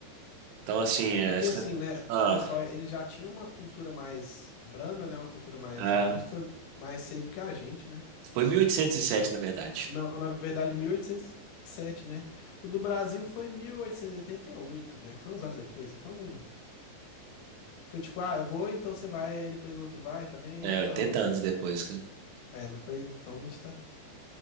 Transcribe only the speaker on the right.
Então, assim, a
escra-
ah,
ah,
foi 1807, na verdade.
É,
80 anos depois, cara.